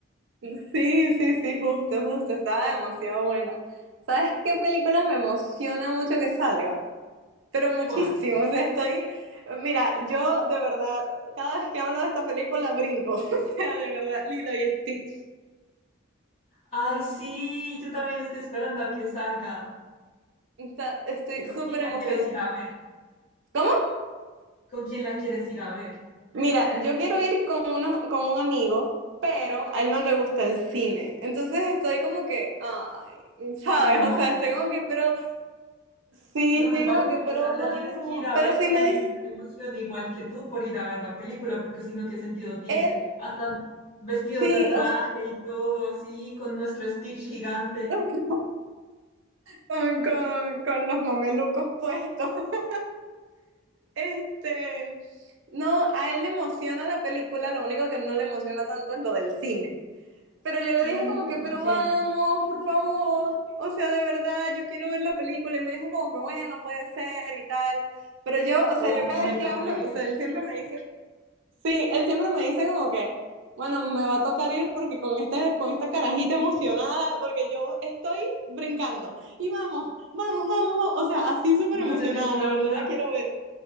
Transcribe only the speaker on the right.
Sí, sí, sí, justo, justo. Estaba demasiado buena. ¿Sabes qué película me emociona mucho que salga? Pero muchísimo.
O sea, estoy. Mira, yo de verdad, cada vez que hablo de esta película brinco. <laughs> O sea, de verdad, Lilo y Stitch.
Está- estoy
súper
emocionada.
¿Cómo?
Mira, yo quiero ir con, uno, con un amigo, pero a él no le gusta el cine. Entonces estoy como que, ay, ¿sabes?
O sea, estoy como que, pero. Sí,
sí,
como que, pero
vamos.
Pero
si
me
dice
él,
sí,
o sea,
<laughs> con, con, con los mamelucos puestos. <laughs> Este, no, a él le emociona la película, lo único que no le emociona tanto es lo del cine. Pero yo le
dije como que, pero
vamos, por favor. O sea, de verdad, yo quiero ver la película. Y me dijo como que, bueno, puede ser y tal. Pero yo, o
sea, yo cada
vez
que hablo,
o sea, él siempre me dice, Sí, él siempre me dice como que, bueno, me va a tocar ir porque con este, con esta carajita emocionada, porque yo estoy brincando. Y vamos, vamos, vamos, vamos. O sea, así súper
emocionada,
de
verdad la quiero ver.